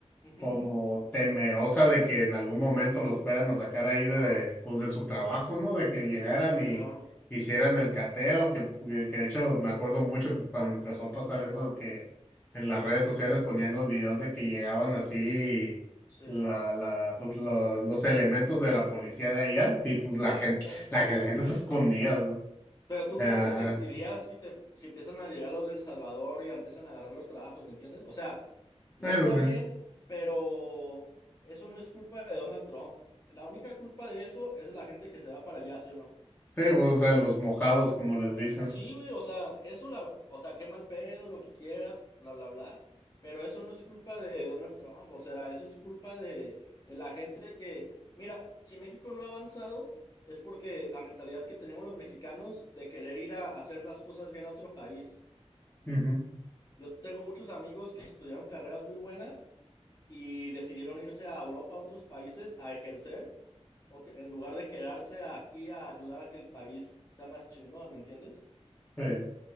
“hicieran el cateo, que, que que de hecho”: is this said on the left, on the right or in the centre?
Left